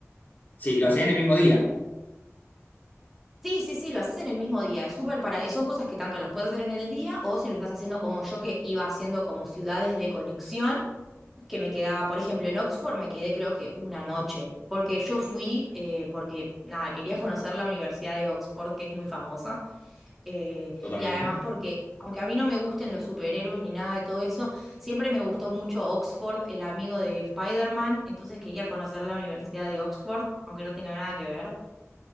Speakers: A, on the left; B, in the centre.
A: sí, lo hacés en el mismo día,
B: sí, sí, sí, lo haces en el mismo día, es súper para, son cosas que tanto las puedes hacer en el día o si lo estás haciendo como yo, que iba haciendo como ciudades de conexión, que me quedaba, por ejemplo, en Oxford me quedé creo que una noche, porque yo fui, eh, porque nada, quería conocer la Universidad de Oxford, que es muy famosa, eh,
A: totalmente.
B: y además porque, aunque a mí no me gusten los superhéroes ni nada de todo eso, siempre me gustó mucho Oxford, el amigo de Spider-Man, entonces quería conocer la Universidad de Oxford, aunque no tenga nada que ver.